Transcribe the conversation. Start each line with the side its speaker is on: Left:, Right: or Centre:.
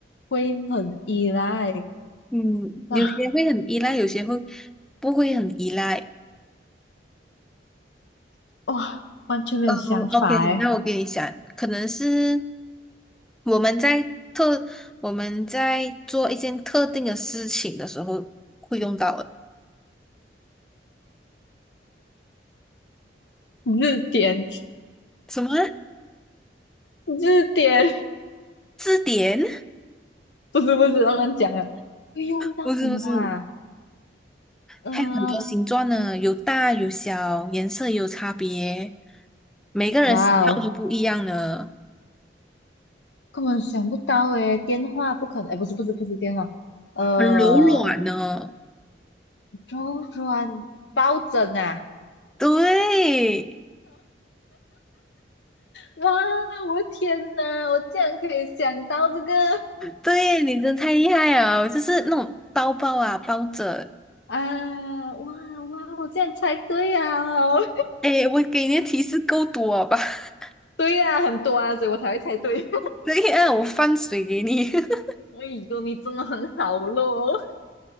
Left: 会很依赖，
Centre: 嗯有些会很依赖，
Left: 哇
Centre: 有些会不会很依赖。
Left: 哇，完全没有想法哎，
Centre: 嗯，OK，那我跟你讲，可能是我们在特我们在做一件特定的事情的时候会用到的。
Left: 字典，
Centre: 什么啊
Left: 字典。
Centre: 字典？
Left: 不是不是，乱乱讲啊，会用到什么啊？
Centre: 不是不是，
Left: 呃，
Centre: 还有很多形状呢，有大有小，颜色也有差别，每个人喜好都不一样呢，
Left: 哇哦，根本想不到诶，电话不可能，哎，不是不是不是电话，呃，
Centre: 很柔软呢。
Left: 周转抱枕啊，
Centre: 对，
Left: 哇，我的天呐，我竟然可以想到这个
Centre: 对，你真的太厉害了，就是那种包包啊，包着。
Left: 啊，哇哇，我竟然猜对啊，哦
Centre: 哎，我给你的提示够多吧？<laughs>
Left: <laughs>，对呀、啊，很多啊，所以我才会猜对。
Centre: 对呀，我放水给你。<laughs>
Left: <laughs> 哎呦，你真的很好咯，